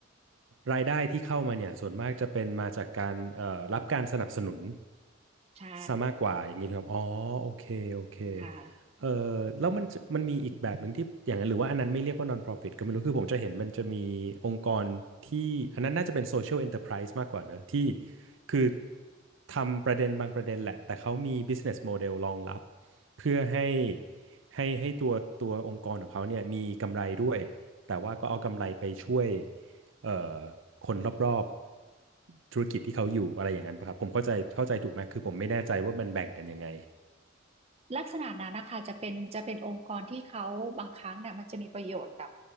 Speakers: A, on the right; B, on the right.
A: รายได้ที่เข้ามาเนี่ยส่วนมากจะเป็นมาจากการเอ่อรับการสนับสนุน
B: ใช่
A: ซะมากกว่าอย่างนี้ถูกครับอ๋อโอเคโอเค
B: ค่ะ
A: เอ่อแล้วมันจะมันมีอีกแบบหนึ่งที่อย่างนั้นหรือว่าอันนั้นไม่เรียกว่า non-profit ก็ไม่รู้คือผมจะเห็นมันจะมีองค์กรที่อันนั้นน่าจะเป็น social enterprise มากกว่าเนอะที่คือทำประเด็นบางประเด็นแหละแต่เขามี business model รองรับเพื่อให้ ให้ให้ตัวตัวองค์กรของเขาเนี่ยมีกำไรด้วยแต่ว่าก็เอากำไรไปช่วยเอ่อคนรอบๆธุรกิจที่เขาอยู่อะไรอย่างนั้นปะครับผมเข้าใจเข้าใจถูกไหมคือผมไม่แน่ใจว่ามันแบ่งกันยังไง
B: ลักษณะนั้นนะคะจะเป็นจะเป็นองค์กรที่เขาบางครั้งเนี่ยมันจะมีประโยชน์กับ